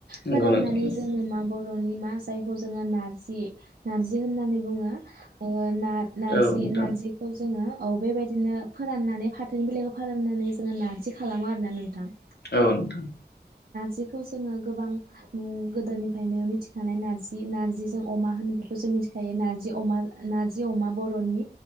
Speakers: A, on the left (about 70°); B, on the right (about 60°).
A: नंगौ
B: फोराननानै
A: नोंथां नंगौ
B: जोङो माब रनि <unintelligible> मा जायखौ जोङो नारजि होननानै बुङो। ओ नारजि
A: औ नोंथां
B: नारजिखौ जोङो औ बेबायदिनो फोराननानै फाथोनि बिलाइखौ फोरान होननानै जोङो नारजि खालामो आरोना नोंथां
A: औ नोंथां
B: जिखौ जोङो गोबां गोदोनिफ्रायनो मिथिखानाय नारजि नारजिजों अमा होनफोरखौ जों मिथिखायो नारजि अमा नारजि अमा बर'नि